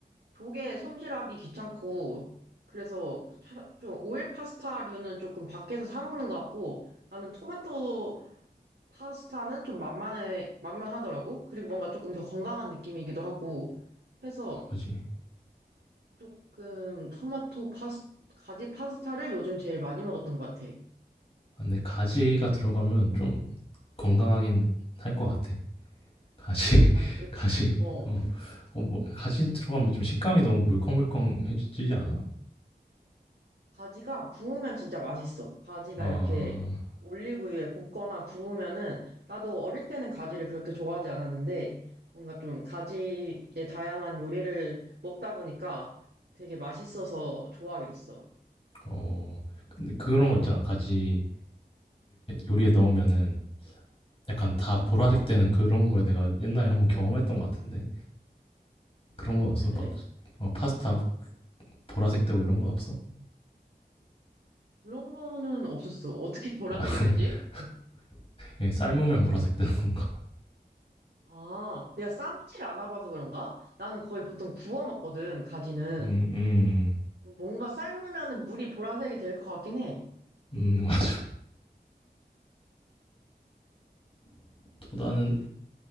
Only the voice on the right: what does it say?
조개 손질하기 귀찮고 그래서 차- 좀 오일 파스타류는 조금 밖에서 사 먹는 것 같고 나는 토마토 파스타는 좀 만만해, 만만하더라고. 그리고 뭔가 조금 더 건강한 느낌이기도 하고 해서
조금 토마토 파스 가지 파스타를 요즘 제일 많이 먹었던 것 같아.
맞아. 그리고
어
가지가 구우면 진짜 맛있어. 가지가
이렇게 올리브유에 볶거나 구우면은 나도 어릴 때는 가지를 그렇게 좋아하지 않았는데 뭔가 좀 가지의 다양한 요리를 먹다 보니까 되게 맛있어서 좋아하게 됐어.
아,
그래?
그런 거는 없었어. 어떻게 보라색이
되지?
아, 내가 쌈티를 안 와봐서 그런가? 나는 거의 보통 구워 먹거든, 가지는.
뭔가 삶으면은 물이 보라색이 될 것 같긴 해.